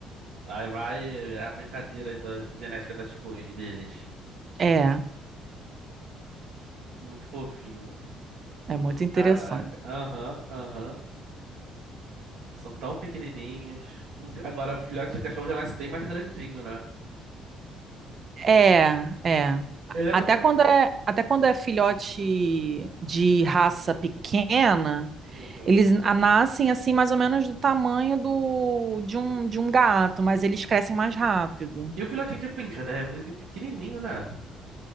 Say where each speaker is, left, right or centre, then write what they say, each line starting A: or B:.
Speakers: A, on the right; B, on the right.
A: Aí vai é a brincadeira aí da genética das cores deles.
B: É,
A: Muito fofinho.
B: é muito interessante.
A: Caraca. Aham, aham. Eles São tão pequenininhos. Agora, filhote de cachorro já nasce bem mais grandinho, né?
B: É, é.
A: Eu lembro
B: Até
A: que a minha...
B: quando é, até quando é filhote de raça pequena,
A: Uhum.
B: Eles a- nascem assim mais ou menos do tamanho do, de um, de um gato, mas eles crescem mais rápido.
A: E o filhotinho de pincha deve vir pequenininho, né?